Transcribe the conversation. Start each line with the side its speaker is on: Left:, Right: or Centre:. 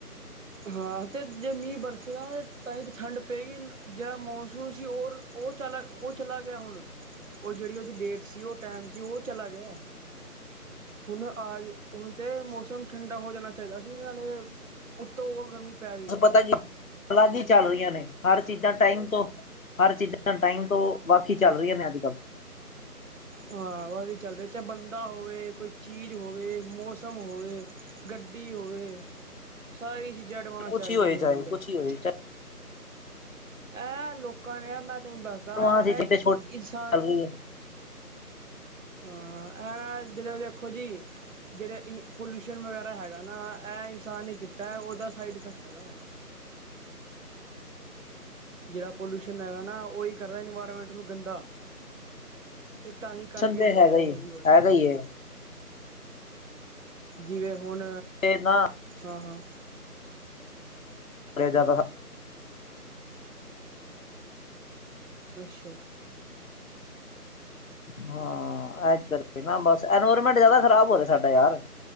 Right: ਹਾਂ ਅਤੇ ਜੇ ਮੀਂਹ ਬਰਸੇਗਾ, ਤਾਂ ਤਾਂ ਠੰਡ ਪਏਗੀ, ਜਿਹੜਾ ਮੌਨਸੂਸ ਸੀ ਔਰ ਉਹ ਚਲਾ ਉਹ ਚਲਾ ਗਿਆ ਹੁਣ ਉਹ ਜਿਹੜੀ ਉਹਦੀ ਡੇਟ ਸੀ, ਉਹ ਟਾਈਮ ਸੀ ਉਹ ਚਲਾ ਗਿਆ ਹੁਣ ਆ ਹੁਣ ਤੇ ਮੌਸਮ ਠੰਡਾ ਹੋ ਜਾਣਾ ਚਾਹੀਦਾ, ਅਸੀ ਨਾਲੇ ਉੱਤੋਂ ਹੋਰ ਗਰਮੀ ਪੈ ਰਹੀ
Left: ਬ
Right: ਹੈ
Left: ਪਤਾ ਕੀ ਅਲੱਗ ਹੀ ਚੱਲ ਰਹੀਆਂ ਨੇ, ਹਰ ਚੀਜ਼ਾਂ ਟਾਈਮ ਤੋਂ ਹਰ ਚੀਜ਼ਾਂ ਟਾਈਮ ਤੋਂ ਬਾਕੀ ਚੱਲ ਰਹੀਆਂ, ਨੇ ਅੱਜ-ਕੱਲ
Right: ਹਾਂ ਵ ਚੱਲ ਰਿਹਾ ਚਾਹੇ ਬੰਦਾ ਹੋਵੇ, ਕੋਈ ਚੀਜ਼ ਹੋਵੇ ਮੌਸਮ ਹੋਵੇ। ਗੱਡੀ ਹੋਵੇ, ਸਾਰੀ ਚੀਜ਼ਾਂ ਐਡਵਾਂਸ
Left: ਕੁਛ
Right: ਚੱਲ
Left: ਹੀ ਹੋਏ
Right: ਰਹੀਆਂ ਨੇ
Left: ਚਾਹੇ
Right: ਅੱਜ- ਕੱਲ੍ਹ
Left: ਕੁਛ ਹੀ ਹੋਏ
Right: ਇਹ ਲੋਕਾਂ ਨੇ ਆ ਮੈਂ ਤੁਹਾਨੂੰ ਦੱਸਦਾ
Left: ਤੇ
Right: ਹੈ, ਇਹ
Left: ਛੋਟੀ ਚੱਲ
Right: ਇਨਸਾਨ
Left: ਰਹੀ ਹੈ
Right: ਹਾਂ, ਹਨਾ ਦਿਨੇ ਦੇਖੋ ਜੀ। ਜਿਹੜੇ ਇਨ ਪੋਲਿਊਸ਼ਨ ਵਗੈਰਾ ਹੈਗਾ, ਨਾ ਇਹ ਇਨਸਾਨ ਨੇ ਕੀਤਾ ਉਹਦਾ ਸਾਈਡ ਇਫੈਕਟ ਹੈਗਾ। ਜਿਹੜਾ ਪੋਲਿਊਸ਼ਨ ਹੈ, ਨਾ ਉਹੀ ਕਰਦਾ ਇਨਵਾਇਰਮੈਂਟ ਨੂੰ ਗੰਦਾ ਤੇ ਤਾਂ ਹੀ ਕਰਕੇ
Left: ਟਿਊਸ਼ਨ ਤੇ
Right: ਹੋ
Left: ਹੈਗਾ
Right: ਰਿਹਾ
Left: ਹੀ
Right: ਜੋ ਵੀ ਹੋ ਰਿਹਾ।
Left: ਹੈਗਾ ਹੀ ਹੈ
Right: ਜਿਵੇਂ ਹੁਣ
Left: ਤੇ ਨਾ,
Right: ਹਾਂ, ਹਾਂ,
Left: ਕਰਿਆ ਜਾਦਾ,
Right: ਅੱਛਾ,
Left: ਹਾਂ ਐਸ ਕਰਕੇ ਨਾ ਬਸ ਐਨਵਾਇਰਮੈਂਟ ਜ਼ਿਆਦਾ ਖ਼ਰਾਬ ਹੋ ਰਿਹਾ, ਸਾਡਾ ਯਾਰ